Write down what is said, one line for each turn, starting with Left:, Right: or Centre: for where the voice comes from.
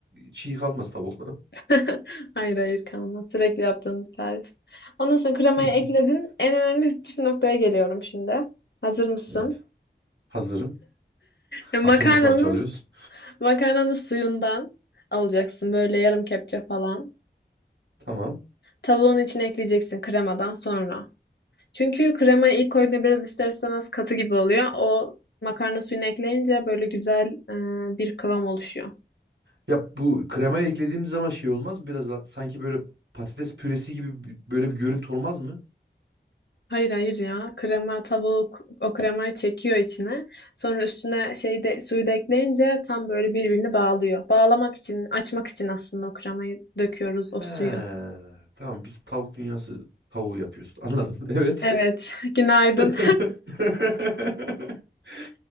Right: çiğ kalmaz tavuk.
Left: <laughs> Hayır hayır kalmaz. Sürekli yaptığım bir tarif. Ondan sonra kremayı
Right: <laughs>
Left: ekledin. En önemli püf noktaya geliyorum şimdi. Hazır mısın?
Right: Evet.
Left: <laughs>
Right: Hazırım.
Left: E, Makarnanın
Right: Atomu parçalıyoruz.
Left: makarnanın suyundan alacaksın böyle yarım kepçe falan.
Right: Tamam.
Left: Tavuğun içine ekleyeceksin kremadan sonra. Çünkü kremayı ilk koyduğunda biraz ister istemez katı gibi oluyor. O makarna suyunu ekleyince böyle güzel e, bir kıvam oluşuyor.
Right: Ya bu kremaya eklediğimiz zaman şey olmaz mı? Biraz da sanki böyle patates püresi gibi bir- böyle bir görüntü olmaz mı?
Left: Hayır hayır ya. Krema tavuk o kremayı çekiyor içine. Sonra üstüne şeyi de suyu da ekleyince tam böyle birbirini bağlıyor. Bağlamak için, açmak için aslında o kremayı döküyoruz o
Right: He,
Left: suyu.
Right: tamam biz tavuk dünyası tavuğu yapıyoruz. Anladım. <laughs> Evet.
Left: Evet, <laughs> günaydın.
Right: <laughs>